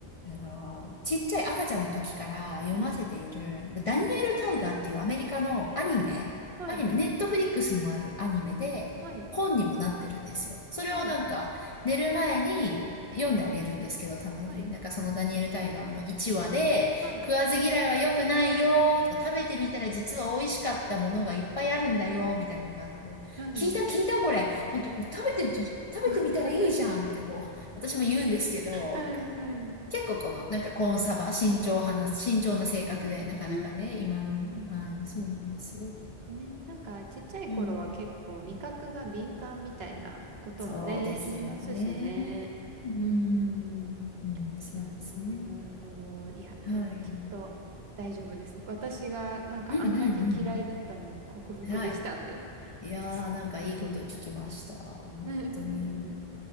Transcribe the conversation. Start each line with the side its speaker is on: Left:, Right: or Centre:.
Left: あの、ちっちゃい赤ちゃんの時から読ませている、
Right: はい、
Left: なんかダニエル・
Right: はい、
Left: タイガーっていうアメリカのアニメ、
Right: うん、はい、
Left: アニメ、ネットフリックスにもあるアニメで、
Right: はい。
Left: 本にもなってるんですよ。それをなんか、
Right: はい。
Left: 寝る前に読んであげるんですけど、
Right: はい。
Left: たまに。
Right: はい。
Left: なんかそのダニエル・タイガーの1話で、
Right: はい。
Left: 食わず嫌いは良くないよ、とか、食べてみたら実は美味しかったものがいっぱいあるんだよ、
Right: <laughs>
Left: みたいなのがあって。
Right: はい。
Left: 聞いた聞いたこれ。ほんと食べてみ、ちょ食べてみたらいいじゃんってこう、
Right: <laughs>
Left: 私も言うんですけど、
Right: はい。
Left: なんか
Right: はい。
Left: 結構この、
Right: <laughs>
Left: なんかコーンサバ、慎重派な、慎重な性格で、なかなかね、
Right: うー
Left: 今の、
Right: ん。
Left: はい、そうなんですよ。
Right: ね、なんかちっちゃい頃は結構味覚が敏感みたいなこともね、
Left: うん。そうですよね。
Right: 言いますしね。
Left: うん。
Right: うーん。
Left: うん、そうですね。
Right: なるほど、なるほど。いや、
Left: はい。
Right: でもきっと大丈夫です。
Left: うん
Right: 私がなんかあんだけ嫌いだったのに克服できたんで、
Left: うんうんうん。はい。いやー、
Right: いつかはできると思います。
Left: なんかいいこと聞きました。本当に。
Right: <laughs>